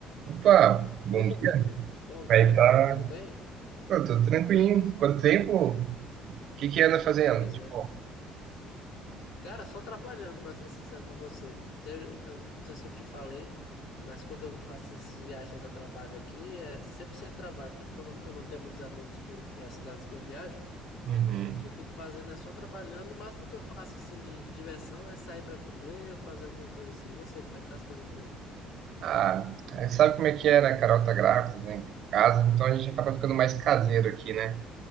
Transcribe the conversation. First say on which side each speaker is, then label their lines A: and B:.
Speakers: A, on the right; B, on the left.
A: Opa, bom
B: Opa,
A: dia.
B: Pedro. Bom dia.
A: Vai tá.
B: Tudo bem?
A: Pô, tô tranquilinho. Quanto tempo? O que que anda fazendo?
B: Pois
A: De
B: é,
A: bom.
B: cara. Cara, só trabalhando, pra ser sincero pra você. Você- eu não sei se eu te falei, mas quando eu faço essas viagens a trabalho aqui, é 100% trabalho. Tipo, quando eu não tenho muitos amigos por, para cidades que eu viajo,
A: Uhum.
B: o que eu fico fazendo é só trabalhando. O máximo que eu faço, assim, de diversão é sair pra comer ou fazer alguma coisa assim. E você, como é que tá as coisas por aí?
A: Ah, aí sabe como é que é, né? A Carol tá grávida, né? Em casa, então a gente acaba ficando mais caseiro aqui, né?